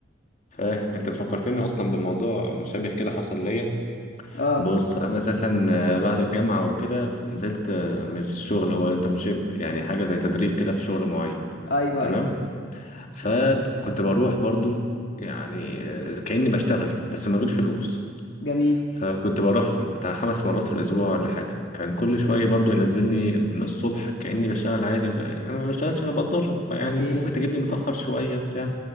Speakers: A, on the left (about 45°); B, on the left (about 60°).
A: فاهم انت فكرتني اصلا بموضوع مشابه كده حصل ليا
B: أه
A: بص انا اساسا آه، بعد الجامعه وكده ف- نزلت آه، مش شغل هو انترنشيب يعني حاجه زي تدريب كده في شغل معين
B: أيوه
A: تمام
B: أيوه
A: فكنت بروح برضو يعني آه، كاني بشتغل بس من غير فلوس
B: جميل
A: فكنت بروح بتاع خمس مرات في الاسبوع ولا حاجه كان كل شويه برضو ينزلني من الصبح كاني بشتغل عادي وك... يعني انا ما بشتغلش انا بتدرب فيعني
B: أكيد
A: انت ممكن تجيبني متاخر شويه بتاع